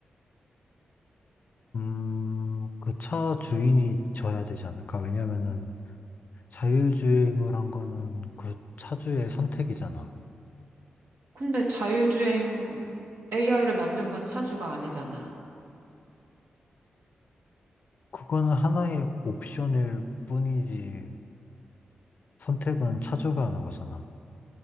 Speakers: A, on the left; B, on the right.
A: 음, 그 차 주인이 져야 되지 않을까? 왜냐면은 자율주행을 한 거는 그 차주의 선택이잖아.
B: 근데 자율주행 AI를 만든 건 차주가 아니잖아.
A: 그거는 하나의 옵션일 뿐이지 선택은 차주가 하는 거잖아.